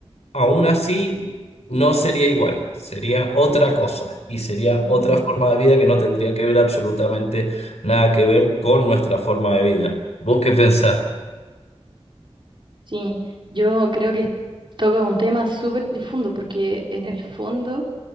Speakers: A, on the left; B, on the right.
A: aún así no sería igual, sería otra cosa y sería
B: ujú,
A: otra forma de vida que no tendría que ver absolutamente nada que ver con nuestra forma de vida. ¿Vos qué pensás?
B: sí. Yo creo que toca un tema súper profundo porque en el fondo